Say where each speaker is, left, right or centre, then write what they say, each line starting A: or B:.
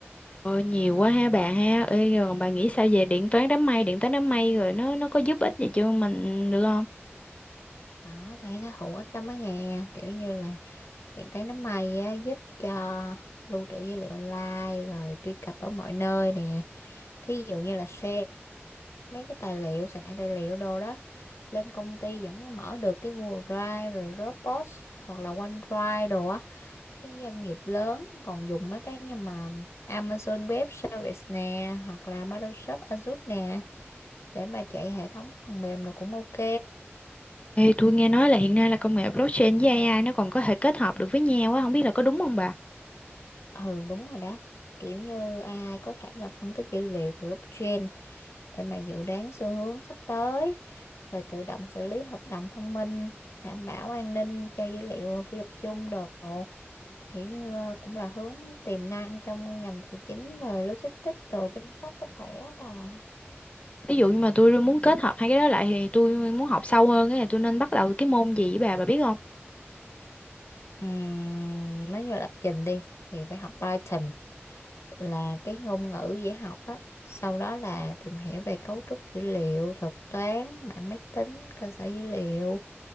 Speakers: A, on the left; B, on the left.
A: Ôi, nhiều quá ha bà ha. Ê, rồi bà nghĩ sao về điện toán đám mây, điện toán đám mây rồi nó nó có giúp ích gì cho mình được không?
B: đó thấy nó hữu ích lắm á nghe kiểu như là tiện tay nắm mày á, giúp cho lưu trữ dữ liệu online rồi truy cập ở mọi nơi nè thí dụ như là share mấy cái tài liệu soạn tài liệu đồ đó lên công ty vẫn mở được cái Google Drive rồi Dropbox hoặc là OneDrive đồ á cái doanh nghiệp lớn còn dùng mấy cái như mà Amazon Web Service nè hoặc là Microsoft Azure nè để mà chạy hệ thống phần mềm là cũng ok
A: Ê, tôi nghe nói là hiện nay là công nghệ blockchain với AI nó còn có thể kết hợp được với nhau á, không biết là có đúng không bà?
B: ừ đúng rồi đó kiểu như AI có thể là phân tích dữ liệu từ blockchain để mà dự đoán xu hướng sắp tới rồi tự động xử lý hợp đồng thông minh đảm bảo an ninh cho dữ liệu phi tập trung đồ kiểu như ờ, cũng là hướng tiềm năng trong ngành tài chính rồi logistics đồ chăm sóc sức khỏe á bà
A: Ví dụ như mà tôi muốn kết hợp hai cái đó lại thì tôi muốn học sâu hơn ấy, thì tôi nên bắt đầu cái môn gì với bà bà biết không?
B: Ừm, nói như là lập trình đi thì phải học Python là cái ngôn ngữ dễ học á sau đó là tìm hiểu về cấu trúc dữ liệu thuật toán mạng máy tính cơ sở dữ liệu